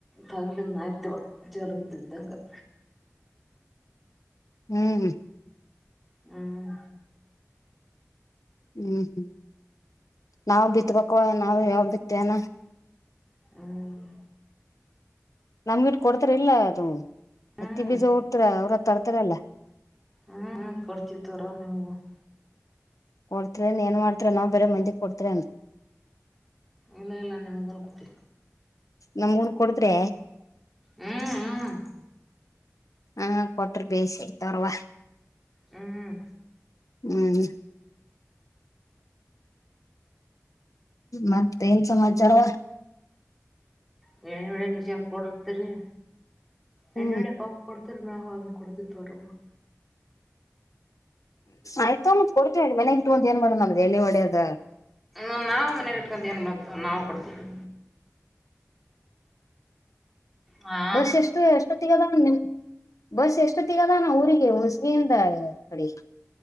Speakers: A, in the centre; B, on the left (about 85°).
A: ತಗದಿಂದ ಆಯ್ತವ ಚಲ ಇದ್ದ್ದಗ <inaudible>
B: ಹ್ಮ್
A: ಹ್ಮ್
B: ಹ್ಮ್ ಹ್ಮ್ ನಾವ್ ಬಿತ್ಬೇಕು ನಾವ್ ಯಾವ ಬಿತ್ತೇನ.
A: ಹ್ಮ್
B: ನಮ್ಗಿಟ್ ಕೊಡ್ತಾರ ಇಲ್ಲ ಅದು
A: ಹ್ಮ್
B: ಅತ್ತ ಬೀಜ ಟ್ರ ಅವ್ರ ತರ್ ತಿರಲ್ಲೇ <unintelligible>
A: ಹ್ಮ್ ಹ ಕೊಡ್ತಿತ್ತರ ನಿಮ್ಗೂ <inaudible>
B: ಕೊಡ್ತ್ರನ್ ಏನ್ ಮಾಡ್ತರ ನಾವ್ ಬರ ಮಂದಿ ಕೊಡ್ತರನ್
A: ಇಲ್ಲ ಇಲ್ಲ ನಿಮ್ಗೂ ಕೂತಿ
B: ನಮ್ಗೂನ್ ಕೊಡದ್ರೆ
A: ಹ್ಮ್ ಹ್ಮ್
B: ಹಾ ಕೊಟ್ರ ಬೇಯಿಸಿತವರ್ವ
A: ಹ್ಮ್
B: ಹ್ಮ್ ಮತ್ತೇನ್ ಸಮಾಚಾರ
A: ಬೇಳುಳ್ಳಿ ಮಿಷೀನ್ ಕೊಡು ತರಿ
B: ಹ್ಮ್
A: ಎಣ್ಣೋಡೆ ಪಂಪ್ ತಿರ್ ನಾಾಗವು ಅನ್ನು ಕೊತ ತರ್ವೋ <inaudible>
B: ಆಯ್ತತ್ ಕೊಡ್ತ ಮನೆ ಇಟ್ಟು ಒಂತ ಏನ್ ಮಾಡ ನಮ್ದು ಎಲ್ಲಿ ಒಡೆಯದ
A: ದ್ ನಾವ್ ಮನೆಗ್ ಇಟ್ಕೊಂಡ ಏನ್ ಮಾಡತ ನಾವು ಕೊಡ್ತೀವಿ ಹಾ
B: ಬಸ್ ಎಷ್ಟು ಏಷ್ಟತು ತಗದ ನಿಮ ಬಸ್ ಎಷ್ಟು ತಗದಾನ ಊರಿಗೆ ಹೊಸಿಗೆಯಿಂದ ಕಡೆ